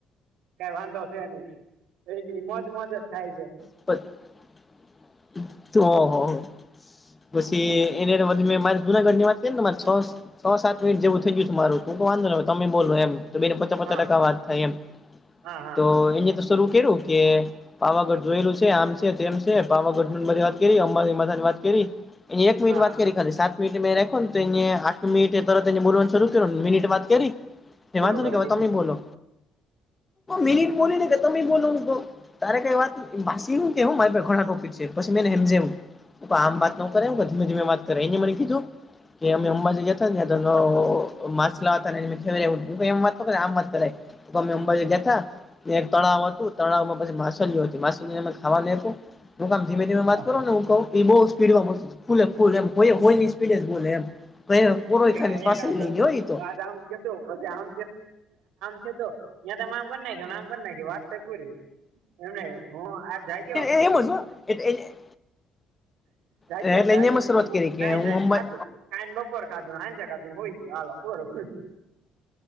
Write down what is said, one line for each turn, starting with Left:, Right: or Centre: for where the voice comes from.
Right: કઈ વાંધો છે નહી એ મોજ મોજ જ થાય છે.
Left: <unintelligible> પછી એને મારી જુનાગઢની વાત કે ને માર છો છ સાત મિનિટ જેવું થઈ ગયું મારું તું તો વાંધો ને હવે તમે બોલો એમ. તો બેને પચા પચા
Right: હા
Left: ટકા વાત થાય એમ
Right: હા હા
Left: તો એને તો શરુ કરું કે પાવાગઢ જોયેલું છે આમ છે તેમ છે પાવાગઢની બધી વાત કરી અંબામાતાની વાત કરી એક મિનિટ
Right: હા
Left: વાત કરી ખાલી સાત મિનિટ મેં રાખ્યો તો એને આઠ મિનિટ તરત તેને બોલવાનુ શરૂ કર્યું ને મિનિટ વાત કરી એ
Right: પૂરું
Left: વાંધો
Right: કરી
Left: નહી કે હવે તમે
Right: દીધું
Left: બોલો, મિનિટ બોલી ને કે તમે બોલો હું કહું તારે કઈ વાત પાસી ઈમ કે હું મારી ઘણા ટોપિક છે પછી મે એને હમજાયુ તો આમ વાતનો કરાય ધીમે ધીમે વાત કરાય એને મને કીધું કે અમે અંબાજી ગ્યા તા ત્યાં
Right: હા
Left: તો માછલા હતા એન ખત હું કહું એમ વાત ન કરાય આમ વાત કરાય, તો અમે અંબાજી ગ્યાતા. એક તળાવ હતું તળાવમાં પછી માછલીઓ હતી માછ ખાવાનુ દેતુ હું કામ ધીમે-ધીમે વાત
Right: હા
Left: કરો ને હું કું એ બહુ સ્પીડમાં બોલ ફૂલે ફૂલ એમ હોય હોયની સ્પીડએ બોલે એમ. કઈ
Right: <unintelligible>
Left: પોરોય
Right: પછી
Left: ખાલી
Right: આમ
Left: શ્વાસ લઈ લે હોય તો
Right: છે આમ છે તો ત્યાં તમે આમ કરી નાખીને આમ કરી નાખી વાત થઈ પુરી એમને હું આજ જાગ્યો.
Left: તેવો જ હો <unintelligible>
Right: જાગ્યો
Left: એટલે
Right: જાગીમે
Left: એને એમ જ શરૂઆત કરી કે
Right: નાઈ
Left: હું
Right: ધોઈ
Left: અંબા
Right: ખાધું. કાન બપોર ખાધું, સાંજે ખાધું ને હુઈ ગયો હાલો પૂરું.